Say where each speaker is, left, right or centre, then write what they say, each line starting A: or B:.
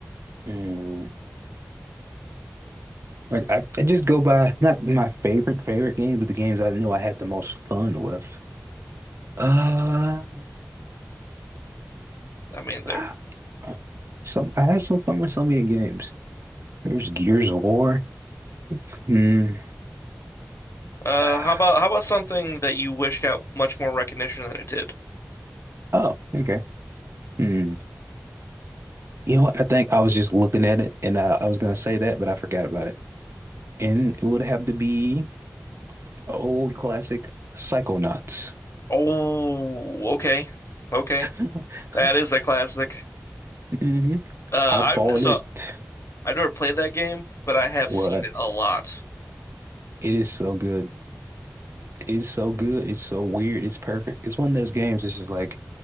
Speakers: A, on the right; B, on the left.
A: Mm. Like I, I just go by not my favorite favorite games, but the games I know I had the most fun with. Uh,
B: <laughs> I mean,
A: <sighs>
B: they're
A: some I had some fun with so many games. There's Gears of War. Hmm.
B: uh
A: <sighs>
B: how about how about something that you wish got much more recognition than it did?
A: Oh, okay. Hmm. You know what? I think I was just looking at it and I, I was gonna say that, but I forgot about it. And it would have to be an old classic Psychonauts.
B: Oh, okay. Okay.
A: <laughs>
B: That is a classic.
A: hmm
B: Uh,
A: I
B: I've
A: bought
B: so
A: it.
B: I've never played that game, but I have
A: What?
B: seen it a lot.
A: It is so good. It is so good. It's so weird. It's perfect. It's one of those games that's just like